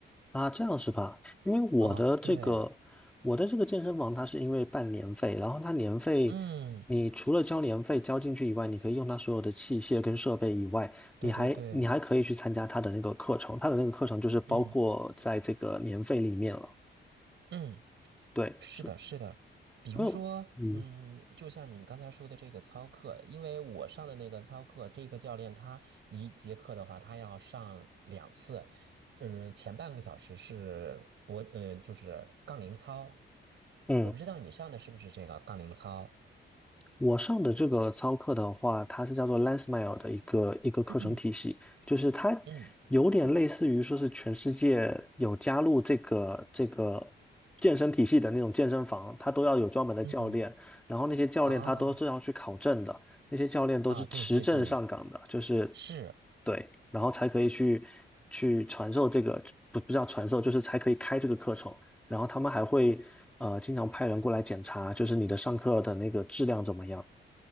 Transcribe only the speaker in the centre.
啊，这样是吧？因为我的这个，
我的这个健身房，它是因为办年费，然后它年费，
你除了交年费交进去以外，你可以用它所有的器械跟设备以外，
你还你还可以去参加它的那个课程，它的那个课程就是包括在这个年费里面了。
对，
是
因为嗯
嗯。
我上的这个操课的话，它是叫做 LensMile 的一个一个课程体系，
就是它有点类似于说是全世界有加入这个这个健身体系的那种健身房，
它都要有专门的教练，
然后那些教练他都是要去考证的，
那些教练都是持证上岗的，
就是
对，然后才可以去去传授这个，不不叫传授，就是才可以开这个课程。然后他们还会呃经常派人过来检查，就是你的上课的那个质量怎么样。